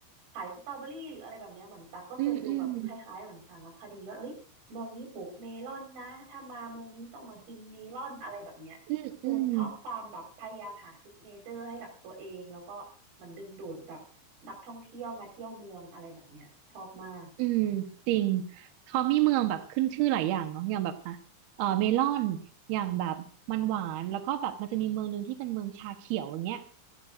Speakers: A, on the right; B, on the right.
A: ขายสตรอเบอรี่หรืออะไรแบบเนี้ยเหมือนตักก็เคยดูแบบคล้ายๆเหมือนสารคดีว่าเอ้ยเมืองนี้ปลูกเมลอนนะถ้ามาเมืองนี้ต้องมากินเมลอนอะไรแบบเนี้ยคือชอบความแบบพยายามหาซิกเนเจอร์ให้กับตัวเองแล้วก็เหมันดึงดูดแบบนักท่องเที่ยวมาเที่ยวเมืองอะไรแบบเนี้ยชอบมาก
B: อืมอืมอืมอืมอืมจริงเขามีเมืองแบบขึ้นชื่อหลายอย่างเนาะอย่างแบบอ่ะเออเมลอนอย่างแบบมันหวานแล้วก็แบบมันจะมีเมืองหนึ่งที่เป็นเมืองชาเขียวอย่างเงี้ย